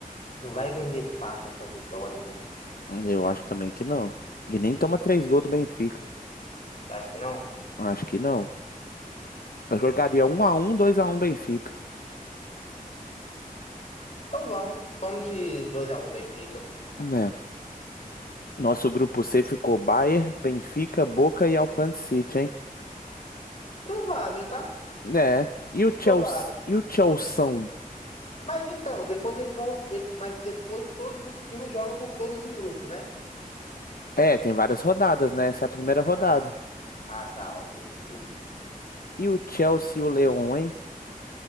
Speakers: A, on the left (about 50°); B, on the left (about 75°).
A: Não vai vender fácil essa vitória, né?
B: eu acho também que não. E nem toma três gols do Benfica.
A: Acho que não.
B: Acho que não. Eu jogaria um a um, dois a um Benfica.
A: Então vamos. Vamos de dois a um Benfica.
B: né? Nosso grupo C ficou Bayern, Benfica, Boca e Auckland City, hein?
A: Provável, tá?
B: É. E o Chelsea,
A: Provável.
B: e o Chelsea?
A: Mas então, depois eles vão. ele- mas depois todos os times jogam com todos do grupo, né?
B: É, tem várias rodadas, né? Essa é a primeira rodada.
A: Ah, ah tá, ok, ok.
B: E o Chelsea e o Leão, hein?